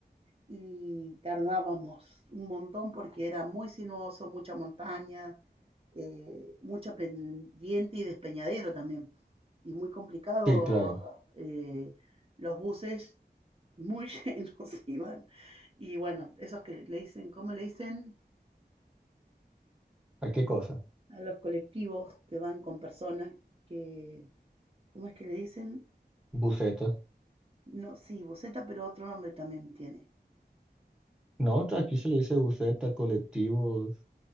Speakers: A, on the right; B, in the centre.
A: y tardábamos un montón porque era muy sinuoso, mucha montaña, eh, mucha pendiente y despeñadero también, y muy complicado.
B: Sí, claro.
A: eh, los buses muy <laughs> llenos iban. Y bueno, esos que le dicen, ¿cómo le dicen?
B: ¿A qué cosa?
A: A los colectivos que van con personas que, ¿cómo es que le dicen?
B: Buseta.
A: No, sí, buseta, pero otro nombre también tiene.
B: No, aquí se le dice buseta, colectivos.